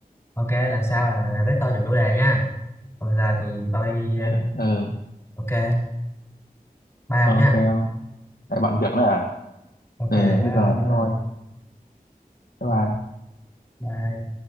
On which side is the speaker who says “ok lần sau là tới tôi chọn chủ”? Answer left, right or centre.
Left